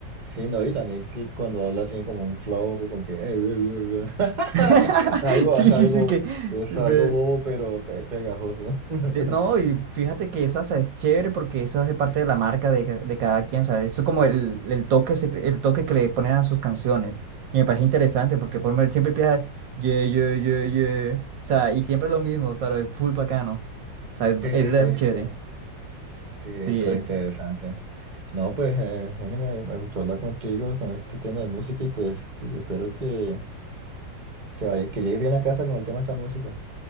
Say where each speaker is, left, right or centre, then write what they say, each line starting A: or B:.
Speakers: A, on the right; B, on the right.
A: Sí, no, y también que cuando habla tiene como un flow con que "Eh, eh, eh,
B: <laughs>
A: eh". <laughs> algo,
B: Sí,
A: es
B: sí,
A: algo,
B: sí, que...
A: es
B: ve-
A: algo bobo, pero pe- pegajoso. <laughs>
B: te- no, y fíjate que esa sa- es chévere porque eso hace parte de la marca de, ca- de cada quien, ¿sabes? Eso es como el, el toque, secre- el toque que le ponen a sus canciones. Y me parece interesante porque por lo menos siempre empieza, yeah, yeah, yeah, yeah. O sea, y siempre lo mismo, pero es full bacano. O sea, es,
A: Sí,
B: es
A: sí,
B: re
A: sí,
B: chévere.
A: sí, sí, esto
B: Sí, eh,
A: es interesante. No, pues, eh, Jenny, me, me gustó hablar contigo con este tema de música y pues espero que te vaya, que llegues bien a casa con el tema de esta música.